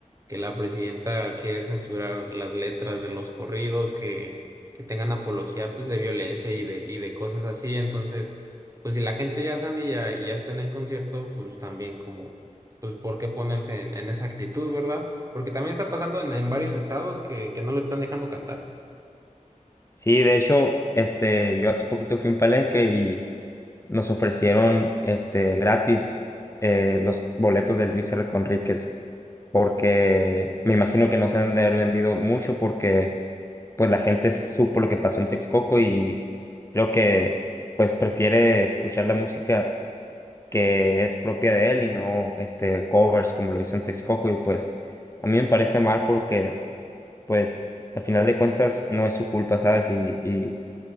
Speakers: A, on the right; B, on the left.
A: que la presidenta quiere censurar las letras de los corridos que, que tengan apología, pues, de violencia y de, y de cosas así. Entonces, pues, si la gente ya sabía y ya está en el concierto, pues, también como, pues, ¿por qué ponerse en, en esa actitud, verdad? Porque también está pasando en, en varios estados que, que no lo están dejando cantar.
B: Sí, de hecho, este, yo hace poquito fui a un palenque nos ofrecieron este gratis eh, los boletos de Luis R. Conríquez, porque me imagino que no se han de haber vendido mucho porque pues la gente supo lo que pasó en Texcoco y creo que pues prefiere escuchar la música que es propia de él y no este covers como lo hizo en Texcoco y pues a mí me parece mal porque pues al final de cuentas no es su culpa, ¿sabes? Y, y